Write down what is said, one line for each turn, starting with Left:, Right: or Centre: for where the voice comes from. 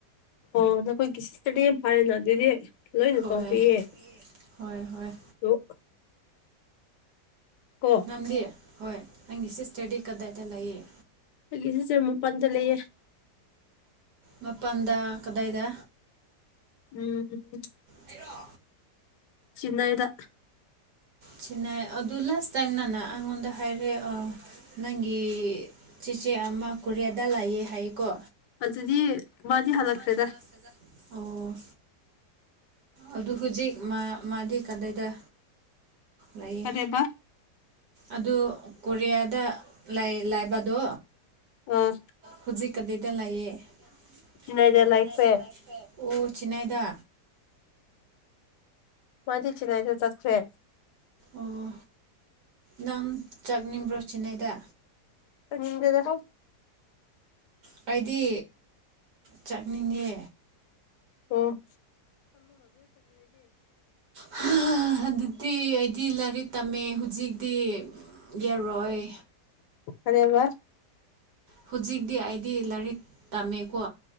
Left: ꯑꯣ ꯅꯈꯣꯏꯒꯤ ꯁꯤꯁꯇ꯭ꯔꯗꯤ ꯌꯥꯝ ꯐꯔꯦꯅ ꯑꯗꯨꯗꯤ ꯂꯣꯏꯅ
Right: ꯍꯣꯏ
Left: ꯇꯧꯕꯤꯌꯦ
Right: ꯍꯣꯏ ꯍꯣꯏ
Left: <unintelligible> ꯀꯣ
Right: ꯅꯪꯗꯤ ꯍꯣꯏ ꯅꯪꯒꯤ ꯁꯤꯁꯇ꯭ꯔꯗꯤ ꯀꯗꯥꯏꯗ ꯂꯩꯌꯦ
Left: ꯑꯩꯒꯤ ꯁꯤꯁꯇ꯭ꯔ ꯃꯄꯥꯟꯗ ꯂꯩꯌꯦ
Right: ꯃꯄꯥꯟꯗ ꯀꯗꯥꯏꯗ
Left: ꯎꯝ
Right: ꯑꯩꯔꯣ
Left: ꯆꯤꯅꯩꯗ
Right: ꯆꯤꯅꯥꯏ ꯑꯗꯨ ꯂꯥꯁ ꯇꯥꯏꯝ ꯅꯪꯅ ꯑꯩꯉꯣꯟꯗ ꯍꯥꯏꯔꯦ ꯑꯥ ꯅꯪꯒꯤ ꯆꯦꯆꯦ ꯑꯃ ꯀꯣꯔꯤꯌꯥꯗ ꯂꯩꯌꯦ ꯍꯥꯏꯀꯣ
Left: ꯑꯗꯨꯗꯤ ꯃꯥꯗꯤ ꯍꯜꯂꯛꯈ꯭ꯔꯦꯗ
Right: <unintelligible> ꯑꯣ ꯑꯗꯨ ꯍꯧꯖꯤꯛ ꯃꯥ ꯃꯥꯗꯤ ꯀꯗꯥꯏꯗ ꯂꯩꯌꯦ
Left: ꯀꯔꯤꯕ
Right: ꯑꯗꯨ ꯀꯣꯔꯤꯌꯥꯗ ꯂꯩ ꯂꯥꯏꯕꯗꯣ
Left: ꯑꯥ
Right: ꯍꯧꯖꯤꯛ ꯀꯗꯥꯏꯗ ꯂꯩꯌꯦ ꯆꯤꯅꯥꯏꯗ
Left: ꯆꯤꯟꯅꯥꯏꯗ ꯂꯩꯈ꯭ꯔꯦ
Right: ꯂꯩꯌꯦ ꯑꯣ ꯆꯤꯅꯥꯏꯗ
Left: ꯃꯥꯗꯤ ꯆꯤꯅꯥꯥꯏꯗ ꯆꯠꯈ꯭ꯔꯦ
Right: ꯑꯣ ꯅꯪ ꯆꯛꯅꯤꯡꯕ꯭ꯔꯣ ꯆꯤꯅꯥꯏꯗ
Left: ꯆꯠꯅꯤꯡꯗꯦꯗ
Right: ꯀꯥꯏꯗꯤ ꯆꯛꯅꯤꯡꯉꯦ
Left: ꯑꯣ
Right: ꯍꯥ ꯑꯗꯨꯗꯤ ꯑꯩꯗꯤ ꯂꯥꯏꯔꯤꯛ ꯇꯝꯃꯦ ꯍꯨꯖꯤꯛꯗꯤ ꯌꯥꯔꯣꯏ
Left: ꯀꯔꯤ ꯍꯥꯏꯕ
Right: ꯍꯨꯖꯤꯛꯗꯤ ꯑꯩꯗꯤ ꯂꯥꯏꯔꯤꯛ ꯇꯝꯃꯦꯀꯣ